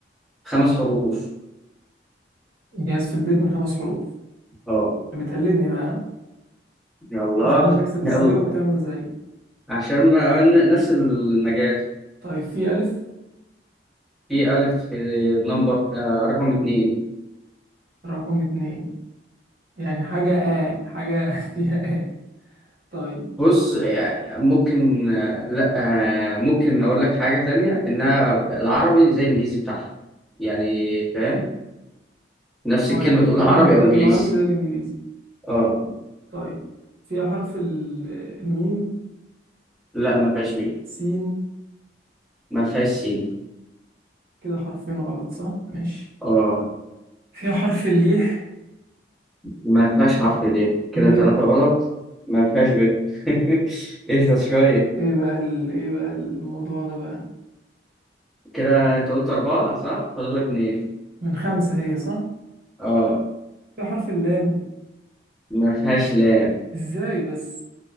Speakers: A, in the centre; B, on the right.
A: خمس حروف
B: جهاز في البيت من خمس حروف
A: اه
B: بتقلدني بقى ها؟
A: يلا
B: شفتني بكسب ازاي
A: يلا
B: وبتعمل زي
A: عشان ما- نفس المجال
B: طيب في ألف
A: في ألف آه، نمبر آه رقم اتنين
B: رقم اتنين يعني حاجة آه حاجة <laughs> فيها آه طيب
A: بص يعني ممكن آه، لا آه، ممكن اقول لك حاجه تانية انها العربي زي الانجليزي بتاعها يعني فاهم نفس
B: اه
A: الكلمه
B: يعني
A: تقول
B: الكلمة
A: عربي
B: بتتقال
A: او انجليزي
B: بالعربي زي الإنجليزي
A: اه
B: طيب فيها حرف ال- الميم
A: لا ما فيهاش ميم
B: سين
A: ما فيهاش سين
B: كده حرفين غلط صح ماشي
A: اه
B: فيها حرف اليه
A: ما فيهاش حرف ال كده
B: ب
A: ثلاثه غلط ما فيهاش ب <laughs> اهدى شويه
B: ايه بقى ال... ايه بقى الموضوع ده بقى
A: كده انت قلت اربعه صح فاضل لك اتنين
B: من خمسة هي صح
A: اه
B: فيها حرف اللام
A: ما فيهاش لا
B: ازاي بس